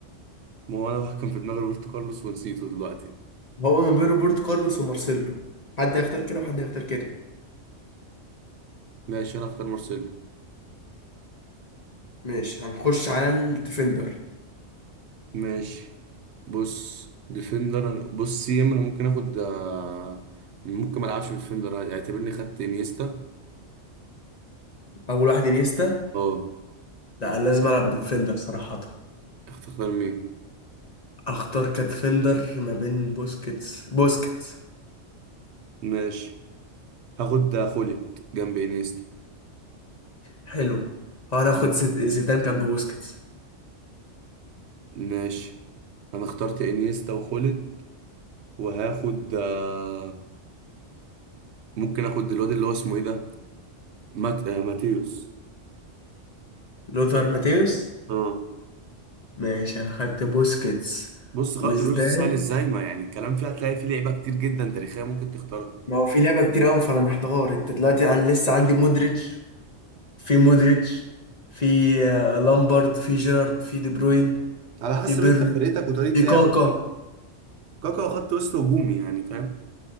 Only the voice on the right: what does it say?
ما هو انا كان في دماغي روبرتو كارلوس ونسيته دلوقتي
ماشي انا اختار مارسيلو
ماشي بص ديفندر أنا- بص سي ام انا ممكن اخد آه، ممكن ما العبش بديفندر اعتبرني خدت انيستا
اه
اختار مين
ماشي هاخد آه، خوليت جنب انيستا
ماشي انا اخترت انيستا وخوليت وهاخد آه، ممكن اخد الواد اللي هو اسمه ايه ده مات... آه، ماتيوس
اه
بص خط
الوسط سهل ازاي ما يعني الكلام فيه هتلاقي فيه لعيبه كتير جدا تاريخيه ممكن تختارها
على حسب
انت فرقتك وطريقه
لعبك
كاكا خط وسط هجومي يعني فاهم